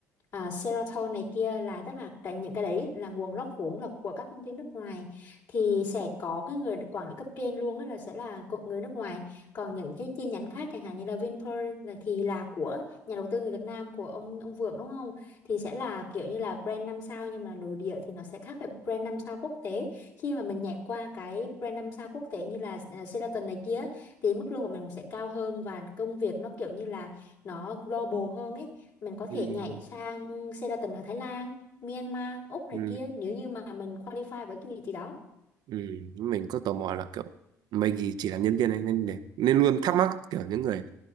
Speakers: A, on the left (about 55°); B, on the right (about 55°).
A: uh, Sheraton này kia là tức là cái- những cái đấy là nguồn gốc vốn là của các công ty nước ngoài thì sẽ có cái người quản lý cấp trên luôn á là sẽ là co- người nước ngoài còn những cái chi nhánh khác chẳng hạn như là Vinpearl là thì là của nhà đầu tư người Việt Nam của ông ông Vượng đúng không thì sẽ là kiểu như là brand 5 sao nhưng mà nội địa thì nó sẽ khác với brand 5 sao quốc tế khi mà mình nhảy qua cái brand 5 sao quốc tế như là à, Sheraton này kia thì mức lương của mình cũng sẽ cao hơn và công việc nó kiểu như là nó global hơn ấy mình có
B: ừ,
A: thể nhảy sang Sheraton ở Thái Lan Myanmar Úc này
B: ừ,
A: kia nếu như mà mình qualify với cái vị trí đó
B: ừ. mình có tò mò là kiểu mình thì chỉ làm nhân viên này nên để, nên luôn thắc mắc kiểu những người